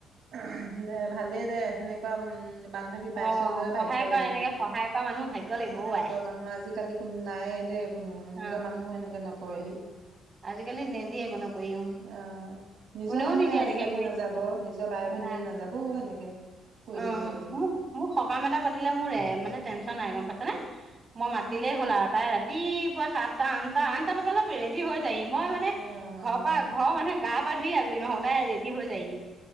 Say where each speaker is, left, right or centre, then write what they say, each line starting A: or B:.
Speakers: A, on the right; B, on the right.
A: অ <inaudible> দে ভালেই দে সেনেকুৱা উম, বান্ধৱী পাইছ
B: অ
A: যে
B: সহায়
A: ভাগ্য
B: কৰা
A: লাগিব,
B: এনেকে সহায় কৰা মানুহ ভাগ্য লাগিব
A: সহায়
B: অ আই
A: কোৱা মানুহ আজিকালি কোনো নায়ে দেই কোনো নিজৰ
B: অ
A: মানুহো সেনেকে নক কৰেহি
B: আজিকালি নেদিয়ে কোনেো কৰি, উম
A: অ নিজৰ
B: কোনেও
A: মানুহে
B: নিদিয়ে
A: আজিকালি
B: এনেকে কৰি।
A: নাযাব নিজৰ বাই ভনীয়ে
B: ন,
A: নাযাব সেনেকে। কৈ
B: অ,
A: দিবলৈ তোক
B: মোক-মোক সকাম এটা পাতিলে মোৰ মানে তেচন নাই গম পাইছ নে। মই মাতিলেই হ'ল আৰু তাই ৰাত ৰাতিপুৱ সাতটা আঠটা-আঠটা বজাত অলপ ৰেডি হৈ যায়হি মই মানে
A: অ-অ-অ।
B: ঘৰ পৰা ঘৰৰ মানুহে গা পা ধুই আছো নহতোই ৰেডি হৈ যায়হি।